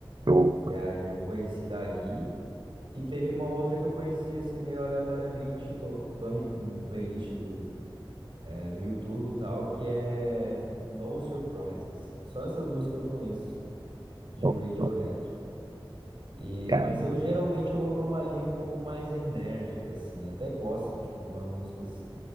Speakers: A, on the right (about 50°); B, on the right (about 65°).
A: <laughs> Show,
B: E aí eu conheci daí. E teve uma outra que eu conheci assim meio aleatoriamente, to- tocando em, em playlist do, eh, no YouTube e tal, que é No Surprises. Só essas duas que eu conheço de
A: show,
B: Radiohead.
A: show.
B: E,
A: Cara,
B: mas eu geralmente eu vou para uma linha um pouco mais enérgica, assim. Eu até gosto, tipo, de umas músicas